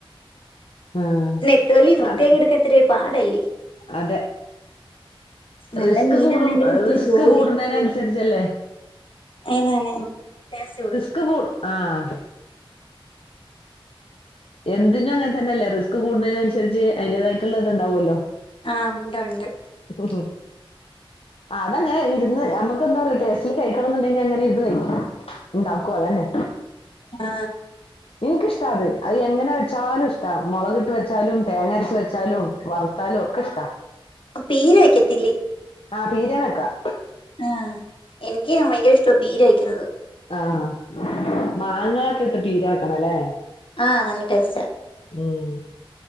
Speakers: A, on the left; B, on the left.
A: ആഹ്
B: നെത്തോലി വൃത്തിയാക്കി
A: അത്
B: എടുക്ക ഇത്തിരി പാടല്ലേ
A: അതെ
B: നല്ല
A: റിസ്ക്
B: മീനാണെങ്കിൽ
A: കൂടും
B: ഇത്തിരി
A: റിസ്ക്
B: ജോലി
A: കൂടണേന്
B: ജോലി
A: അനുസരിച്ചല്ലേ
B: <unintelligible> ടേസ്റ്റ് കൂടും
A: ക്ക് കൂടും ആഹ് എന്തിനും അങ്ങനെ തന്നെയല്ലേ റിസ്ക് കൂടുന്നതിനനുസരിച്ച് അതിന്റേതായിട്ടുള്ള ഇത് ഉണ്ടാവോല്ലോ
B: ആഹ് ഉണ്ട് ഉണ്ട്
A: ഉം ആഹ് അതങ്ങനെ ഇരുന്ന് നമുക്ക്ന്താ പറയാ ടേസ്റ്റില് കഴിക്കണം എന്നുണ്ടെങ്കിൽ അങ്ങനെ ഇരുന്ന് കഴിക്കും ഉണ്ടാക്കും അതെന്നെ
B: ആ
A: ഇൻക്ക്ഷ്ടാ അത് അഹ് എങ്ങനെ വെച്ചാലും ഇഷ്ടാ മൊളകിട്ടു വെച്ചാലും തേങ്ങരച്ച് വെച്ചാലും വർത്താലും ഒക്കെ ഇഷ്ടാ
B: പീര വയ്ക്കത്തില്ലേ
A: ആഹ് പീരേം വെക്കാം
B: ആഹ് എനിക്ക് ഭയങ്കര ഇഷ്ടാ പീര വെക്കുന്നത്
A: ആഹ് മാങ്ങ ഒക്കെ ഇട്ട് പീര വെക്കണേലേ
B: ആഹ് നല്ല ടേസ്റ്റാ
A: ഉം